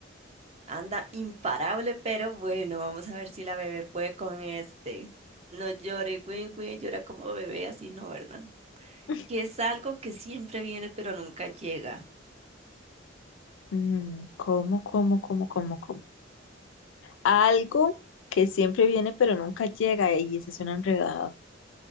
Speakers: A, on the right; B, on the left.
A: Anda imparable, pero bueno, vamos a ver si la bebé puede con este. No llore, güey, güey, llora como bebé, así no, ¿verdad?
B: <laughs>
A: Que es algo que siempre viene, pero nunca llega.
B: Mm, ¿cómo, cómo, cómo, cómo, cómo? Algo que siempre viene pero nunca llega, y ese es un enredado.